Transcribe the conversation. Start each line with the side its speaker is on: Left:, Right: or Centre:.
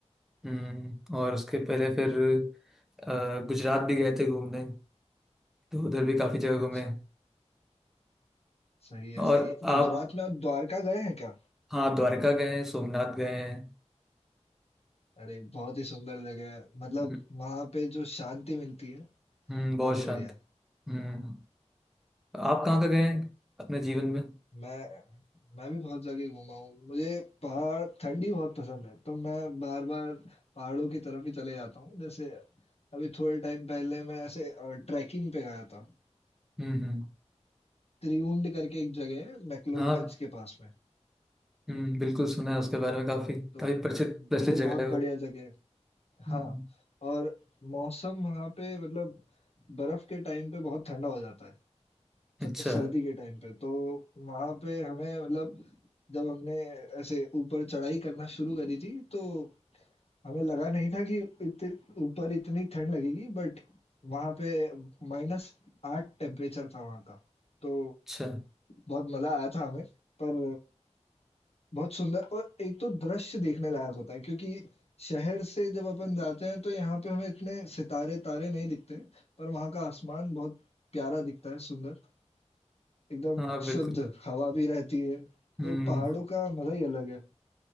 Centre: हम्म, और उसके पहले फिर अ, गुजरात भी गए थे घूमने तो उधर भी काफी जगह
Left: अच्छा,
Centre: घूमे
Left: सही है,
Centre: और
Left: सही है।
Centre: आप
Left: गुजरात में आप द्वारका गए हैं क्या?
Centre: हाँ द्वारका गए हैं सोमनाथ गए हैं
Left: अरे बहुत ही सुंदर जगह है। मतलब
Centre: हम्म
Left: वहाँ पे जो शांति मिलती है,
Centre: हम्म, बहुत
Left: बहुत ही बढ़िया
Centre: शांत
Left: है।
Centre: हम्म आप कहाँ का गए हैं अपने जीवन में
Left: मैं मैं भी बहुत जगह घूमा हूँ मुझे पहाड़ ठंडी बहुत पसंद है तो मैं बार बार पहाड़ों की तरफ ही चले जाता हूँ जैसे अभी थोड़े टाइम पहले मैं ऐसे ट्रैकिंग पे गया था
Centre: हम्म हम्म
Left: त्रिउंड करके एक जगह है मैक्लोडगंज
Centre: हाँ
Left: के पास में
Centre: हम्म बिल्कुल सुना है उसके बारे में काफी
Left: तो
Centre: काफी प्रचलित प्रचलित
Left: वो
Centre: जगह
Left: बहुत
Centre: है वो।
Left: बढ़िया जगह है हाँ
Centre: हम्म,
Left: और मौसम वहाँ पे मतलब बर्फ के टाइम पे बहुत ठंडा हो जाता है
Centre: अच्छा
Left: स- सर्दी के टाइम पे तो वहाँ पे हमें मतलब जब हमने ऐसे ऊपर चढ़ाई करना शुरू करी थी तो हमें लगा नहीं था कि इत- ऊपर इतनी ठंड लगेगी बट वहां पे माइनस आठ टेम्परेचर था वहां का तो
Centre: अच्छा
Left: बहुत मजा आया था हमें पर बहुत सुंदर और एक तो दृश्य देखने लायक होता है क्योंकि शहर से जब अपन जाते हैं तो यहाँ पे हमें इतने सितारे तारे नहीं दिखते पर वहाँ का आसमान बहुत प्यारा दिखता है सुंदर एकदम
Centre: हाँ बिल्कुल
Left: शुद्ध हवा भी रहती है
Centre: हम्म
Left: तो पहाड़ों का मजा ही अलग है